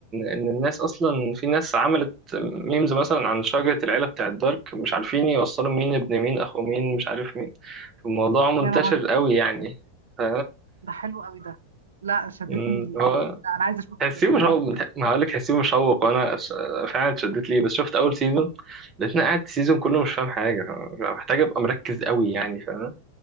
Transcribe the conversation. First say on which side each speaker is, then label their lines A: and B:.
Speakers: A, on the right; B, on the right.
A: ان الناس اصلا في ناس عملت ميمز مثلا عن شجرة العيلة بتاعت دارك مش عارفين يوصلوا مين ابن مين اخو مين مش عارف مين الموضوع منتشر
B: يا نهاري
A: قوي يعني ف
B: ده حلو قوي ده لا شدتني
A: مم،
B: ليه
A: هو
B: لا انا عايزه اشوفه
A: تحسيه
B: ده
A: مشوق
B: <laughs>
A: ما هقول لك تحسيه مشوق وانا أس- فعلا اتشدت ليه بس شفت اول سيزون لقيتني قاعد السيزون كله مش فاهم حاجة محتاج ابقى مركز قوي يعني فاهم